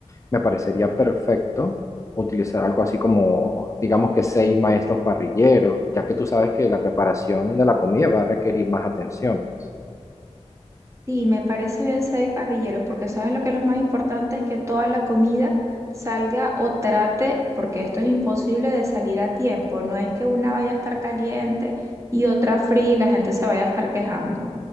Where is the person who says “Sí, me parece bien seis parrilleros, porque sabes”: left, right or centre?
Right